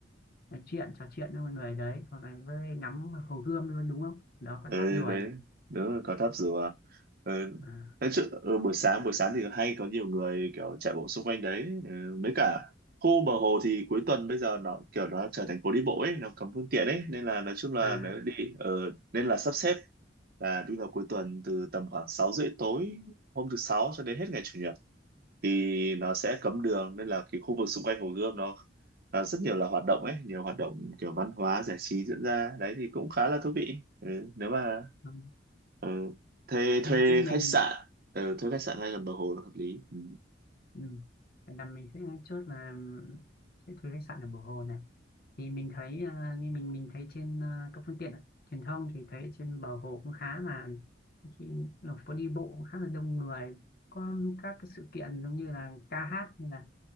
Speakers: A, on the left; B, on the right.
A: nói chuyện trò chuyện với mọi người đấy hoặc là với ngắm hồ Gươm luôn đúng không đó có
B: ừ,
A: tháp Rùa
B: đấy
A: nhỉ
B: đúng là có tháp rùa ừ.
A: à,
B: nói chứ ừ, buổi sáng buổi sáng thì hay có nhiều người kiểu chạy bộ xung quanh đấy ừ. mấy cả khu bờ hồ thì cuối tuần bây giờ nó kiểu nó trở thành phố đi bộ ấy nó cấm phương tiện ấy nên là nói chung là
A: à
B: nếu đi ừ, nên là sắp xếp là đi vào cuối tuần từ tầm khoảng 6 rưỡi tối hôm thứ sáu cho đến hết ngày chủ nhật thì nó sẽ cấm đường nên là cái khu vực xung quanh Hồ Gươm nó à, rất nhiều là hoạt động ấy nhiều hoạt động kiểu văn hóa giải trí diễn ra đấy thì cũng khá là thú vị ừ, nếu mà
A: ừ.
B: ừ. thuê thuê
A: nhưng mình
B: khách sạn ừ, thuê khách sạn ngay gần bờ hồ là hợp lý ừ.
A: Ừ. Vậy là mình sẽ chốt là sẽ thuê khách sạn ở Bồ Hồ này thì mình thấy à, như mình mình thấy trên à, các phương tiện truyền thông thì thấy trên Bờ Hồ cũng khá là khi ở phố đi bộ cũng khá là đông người có các cái sự kiện giống như là ca hát hay là,